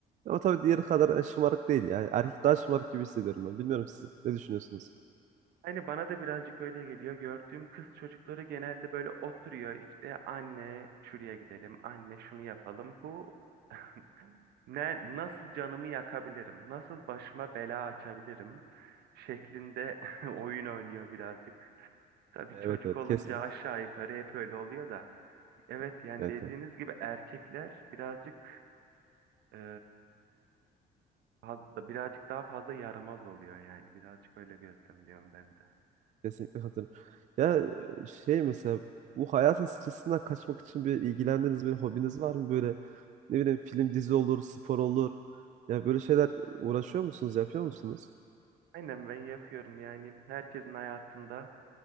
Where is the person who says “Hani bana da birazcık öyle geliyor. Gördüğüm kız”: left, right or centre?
Right